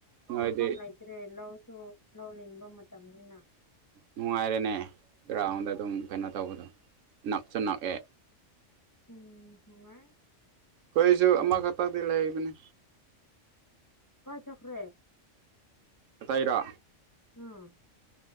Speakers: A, on the right; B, on the left.
A: ꯅꯣꯏꯗꯤ
B: ꯃꯐꯝ ꯂꯩꯇ꯭ꯔꯦ ꯂꯧꯁꯨ ꯂꯧ ꯂꯤꯡꯕ ꯃꯇꯝꯅꯤꯅ
A: ꯅꯨꯡꯉꯥꯏꯔꯦꯅꯦ ꯒ꯭ꯔꯥꯎꯟꯗ ꯑꯗꯨꯝ ꯀꯩꯅꯣ ꯇꯧꯕꯗꯣ ꯅꯛꯁꯨ ꯅꯛꯑꯦ
B: ꯎꯝ ꯍ ꯋꯥ
A: ꯀꯣꯏꯁꯨ ꯑꯃ ꯈꯇꯗꯤ ꯂꯥꯏꯕꯅꯦ
B: ꯀꯥꯏ ꯆꯀ꯭ꯔꯦ
A: ꯑ ꯇꯥꯏꯔꯥ
B: ꯎꯝ